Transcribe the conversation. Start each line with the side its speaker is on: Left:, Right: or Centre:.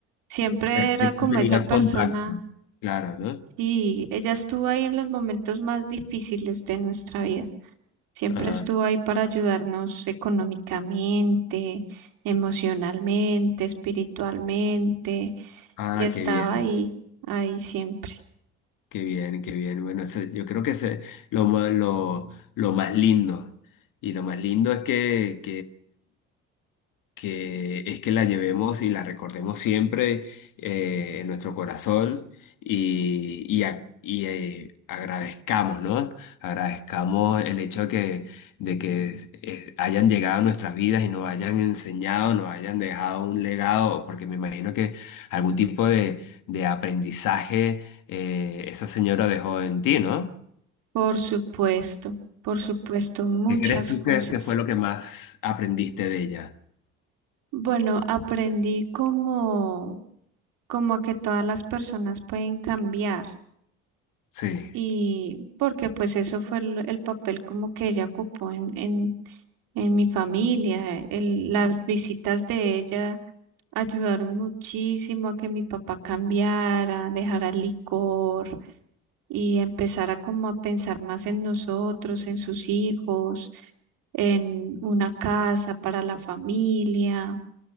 Right: siempre
Left: Pero siempre
Right: era como
Left: tenías
Right: esa persona
Left: contacto. Claro, ¿no?
Right: y ella estuvo ahí en los momentos más difíciles de nuestra vida. Siempre
Left: Ajá.
Right: estuvo ahí para ayudarnos económicamente, emocionalmente, espiritualmente
Left: Ah,
Right: y estaba
Left: qué bien,
Right: ahí, ahí siempre.
Left: qué bien, qué bien. Bueno, eso- yo creo que ese es lo más, lo, lo más lindo. Y lo más lindo es que, que es que la llevemos y la recordemos siempre eh, en nuestro corazón y, y, a- y, eh, agradezcamos, ¿no? Agradezcamos el hecho de que, de que eh, hayan llegado a nuestras vidas y nos hayan enseñado, nos hayan dejado un legado, porque me imagino que algún tipo de, de aprendizaje eh, esa señora dejó en ti, ¿no?
Right: Por supuesto, por supuesto, muchas
Left: ¿Qué crees tú
Right: cosas.
Left: que, que fue lo que más aprendiste de ella?
Right: Bueno, aprendí como, como a que todas las personas pueden cambiar
Left: Sí.
Right: y porque pues eso fue el, el papel como que ella ocupó en, en, en mi familia. eh, El- las visitas de ella ayudaron muchísimo a que mi papá cambiara, dejara el licor y empezara como a pensar más en nosotros, en sus hijos, en una casa para la familia.